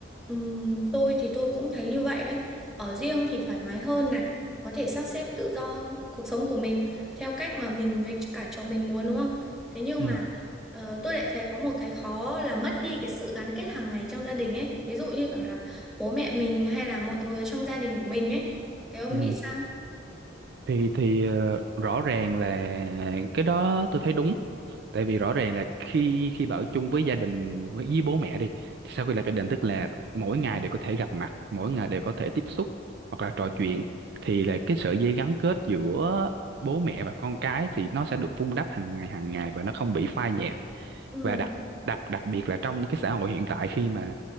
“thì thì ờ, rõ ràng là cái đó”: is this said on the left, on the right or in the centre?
Right